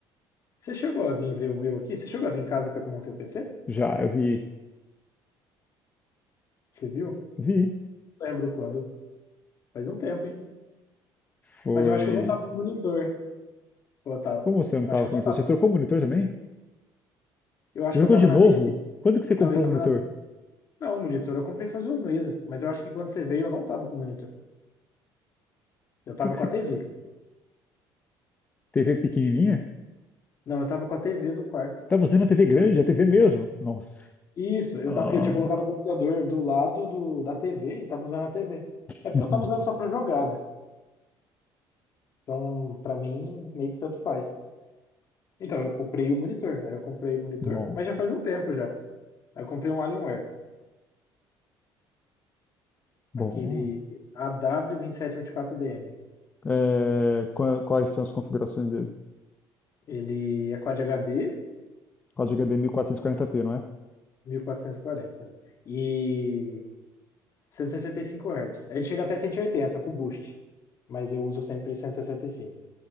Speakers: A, on the left; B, on the left.
A: você chegou a vir ver o meu aqui? Você chegou a vir em casa para eu montei o PC?
B: Já, eu vi.
A: Você viu?
B: Vi.
A: Lembro quando. Faz um tempo, hein?
B: Foi.
A: Mas eu acho que eu não tava com monitor, ô, Otávio.
B: Como você não
A: Eu
B: tava
A: acho que eu
B: com
A: não
B: monitor?
A: tava.
B: Você trocou o monitor também?
A: Eu acho
B: Você trocou
A: que eu tava
B: de
A: na
B: novo?
A: TV.
B: Quando que você comprou
A: Não, eu tava
B: o monitor?
A: na.
B: O
A: Não, monitor eu comprei faz uns meses. Mas eu acho que quando você veio eu não tava com monitor. Eu tava
B: que que
A: com a
B: você.
A: TV.
B: TV pequenininha?
A: Não, eu tava com a TV do quarto.
B: Tava usando a TV grande, a TV mesmo? Nossa.
A: Isso, eu
B: Ah.
A: tava, eu tinha colocado o computador do lado do, da TV e tava usando a TV.
B: <laughs>
A: É porque eu tava usando só pra jogar, né? Então, pra mim, meio que tanto faz. Então, eu comprei o monitor. Aí eu comprei o monitor,
B: Bom,
A: mas já faz um tempo já. Aí eu comprei um Alienware,
B: bom.
A: aquele AW2724DM.
B: É, qua- quais são as configurações dele?
A: Ele é Quad HD
B: Código H D mil quatrocentos e quarenta p não é?
A: mil quatrocentos E quarenta e cento e sessenta e cento cinco Hz. Ele chega até 180 com boost, mas eu uso sempre 165.